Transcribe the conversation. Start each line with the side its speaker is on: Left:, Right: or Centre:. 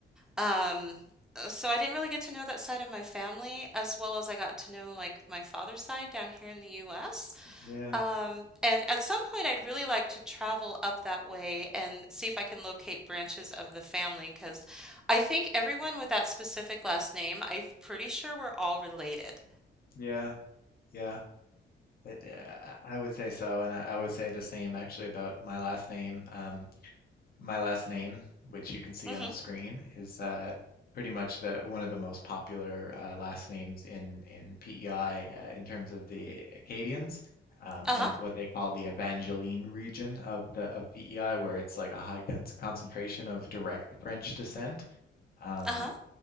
Centre: Um, uh, so I didn't really get to know that side of my family as well as I got to know like my father's side down here in the US.
Left: yeah,
Centre: Um, and at some point, I'd really like to travel up that way and see if I can locate branches of the family because I think everyone with that specific last name, I'm pretty sure we're all related.
Left: yeah, yeah. It, uh, I would say so, and I, I would say the same actually about my last name. Um, my last name, which you can see
Centre: hmm
Left: on the screen, is uh, pretty much the one of the most popular uh, last names in in PEI uh, in terms of the Acadians um,
Centre: Uh-huh.
Left: and what they call the Evangeline region of the of PEI, where it's like a high con concentration of direct French descent. Um,
Centre: Uh-huh.